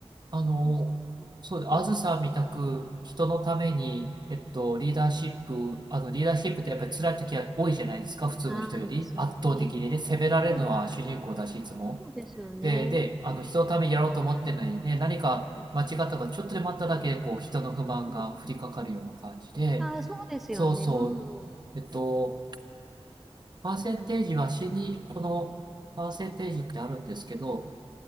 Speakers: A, on the right; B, in the centre.
A: あの、
B: まあ、そうか、
A: そうで、あずさんみたく人のために、えっと、リーダーシップ、あの、リーダーシップってやっぱり辛い時は多いじゃないですか、普通の人より。
B: なんですね。
A: 圧倒的にね、責められるのは主人公だし、
B: そうです、
A: いつも。
B: そうですよね。
A: で、で、あの、人のためにやろうと思ってるのにね、何か間違ったか、
B: うん、
A: ちょっとでもあっただけで、こう、人の不満が降りかかるような感じで、
B: うん。あー、そうですよね。
A: そうそう。
B: うん、うん。
A: えっと、パーセンテージは死に、
B: うん
A: このパーセンテージってあるんですけど、